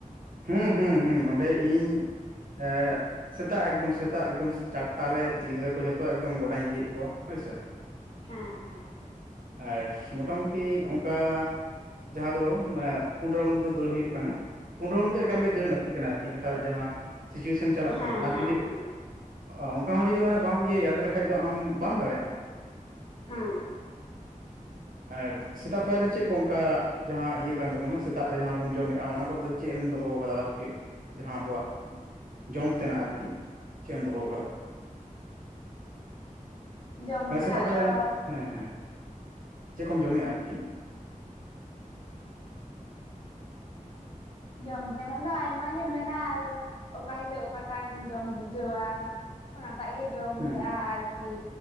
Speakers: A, on the right (about 80°); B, on the left (about 40°).
A: ᱦᱩᱸ ᱦᱩᱸ ᱦᱩᱸ ᱱᱚᱸᱰᱮ ᱤᱧ ᱮ ᱥᱮᱛᱟᱜ ᱮᱠᱫᱚᱢ ᱥᱮᱛᱟᱜ ᱮᱠᱫᱚᱢ ᱪᱟᱴᱴᱟ ᱨᱮ ᱜᱤᱫᱽᱨᱟᱹ ᱠᱚ ᱡᱷᱚᱛᱚ ᱮᱠᱫᱚᱢ ᱜᱚᱰᱟᱧ ᱤᱫᱤᱭᱮᱫ ᱠᱚᱣᱟ ᱦᱳᱭ ᱥᱮ
B: ᱦᱮᱸ ᱦᱮᱸ
A: ᱟᱨ ᱢᱚᱴᱟᱢᱩᱴᱤ ᱚᱱᱠᱟ ᱡᱟᱦᱟᱸ ᱫᱚ ᱢᱟᱱᱮ ᱯᱩᱱ ᱨᱟᱣᱩᱱᱰ ᱨᱮᱫᱚ ᱫᱟᱹᱲ ᱦᱩᱭᱩᱜ ᱠᱟᱱᱟ ᱯᱳᱱ ᱨᱟᱣᱩᱱᱰ ᱫᱚ ᱮᱠᱟᱞ
B: ᱦᱮᱸ
A: ᱜᱮ ᱫᱟᱹᱲ ᱞᱟᱹᱠᱛᱤ ᱠᱟᱱᱟ ᱟᱨᱠᱤ ᱱᱮᱛᱟᱨᱟᱜ ᱡᱟᱦᱟᱸ ᱥᱤᱪᱩᱭᱮᱥᱚᱱ ᱪᱟᱞᱟᱜ
B: ᱦᱮᱸ
A: ᱠᱟᱱᱟ ᱟᱨ
B: ᱦᱮᱸ
A: ᱡᱩᱫᱤ
B: ᱦᱮᱸ
A: ᱚ ᱚᱱᱠᱟ ᱦᱚᱸ ᱡᱩᱫᱤ ᱢᱟᱱᱮ ᱵᱟᱢ ᱤᱭᱟᱹᱭᱟ ᱛᱟᱦᱚᱞᱮ ᱠᱷᱟᱱ ᱫᱚ ᱟᱢ ᱵᱟᱢ ᱫᱟᱲᱮᱜ-ᱟ
B: ᱦᱮᱸ
A: ᱟᱨ ᱥᱮᱛᱟᱜ ᱯᱟᱭᱟᱨ ᱨᱮ ᱪᱮᱫ ᱠᱚ ᱚᱱᱠᱟ ᱡᱟᱦᱟᱸ ᱤᱭᱟᱹ ᱠᱟᱱ ᱛᱟᱵᱚᱱᱟ ᱥᱮᱛᱟᱜ ᱨᱮ ᱡᱟᱦᱟᱸ ᱵᱚᱱ ᱡᱚᱢᱮᱫ-ᱟ ᱚᱱᱟ ᱠᱚᱨᱮ ᱫᱚ ᱪᱮᱫ ᱮᱢ ᱫᱚᱦᱚ ᱟᱠᱟᱫᱟ ᱟᱨᱠᱤ ᱡᱟᱦᱟᱸ ᱟᱵᱚᱣᱟᱜ ᱡᱚᱢ ᱛᱮᱱᱟᱜ ᱟᱨᱠᱤ ᱪᱮᱫ ᱮᱢ ᱫᱚᱦᱚᱣᱟᱠᱟᱫᱟ
B: ᱡᱚᱢ
A: ᱦᱮᱸ
B: ᱛᱮᱱᱟᱜ
A: ᱥᱮᱛᱟᱜ ᱯᱟᱭᱟᱨᱮ
B: ᱫᱚ
A: ᱦᱮᱸ ᱦᱮᱸ ᱪᱮᱫ ᱠᱚᱢ ᱡᱚᱢᱮᱜ-ᱟ ᱟᱨᱠᱤ
B: ᱡᱚᱢ ᱛᱮᱱᱟᱜ ᱫᱚ ᱟᱭᱢᱟ ᱢᱮᱱᱟᱜ-ᱟ ᱟᱫᱚ ᱚᱠᱟ ᱦᱤᱞᱳᱜ ᱚᱠᱟᱴᱟᱜ ᱡᱚᱢ ᱵᱩᱡᱷᱟᱹᱣᱟ ᱚᱱᱟᱴᱟᱜ ᱜᱮ ᱡᱚᱢ
A: ᱦᱩᱸ
B: ᱦᱩᱭᱩᱜ-ᱟ
A: ᱦᱩᱸ
B: ᱟᱨᱠᱤ